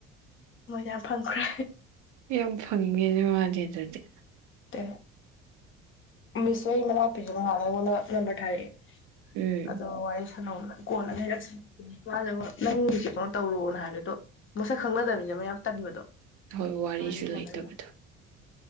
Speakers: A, on the left; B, on the right.
A: ꯃꯣꯏꯅ ꯌꯥꯝ ꯐꯪꯈ꯭ꯔꯦ
B: ꯌꯥꯝ ꯐꯪꯒꯦꯅꯦ ꯃꯥꯗꯤ ꯔꯦꯗꯤ
A: ꯇ ꯃꯤꯁꯣꯏ ꯃꯅ ꯑꯣ ꯄꯤꯖꯣ ꯍꯥꯟꯒꯅ ꯅꯝꯕꯔ ꯊꯥꯔꯦ
B: ꯎꯝ
A: ꯑꯗꯣ ꯋꯥꯏꯁ ꯀꯣꯂꯅ ꯍ ꯃꯥꯅ ꯅꯪꯒꯤꯁꯦ ꯀꯩꯅꯣ ꯇꯧꯔꯣꯅ ꯍꯥꯏꯕꯗ ꯑꯗꯣ ꯃꯁꯛ ꯈꯪꯅꯗꯕꯅꯤꯅ ꯃ ꯌꯥꯝ ꯇꯟꯕꯗꯣ
B: ꯍꯣꯏ ꯋꯥꯔꯤꯁꯨ
A: ꯃꯥꯒꯤ
B: ꯂꯩꯇꯕꯗꯣ
A: ꯁꯥꯟꯅꯔꯤꯅꯤ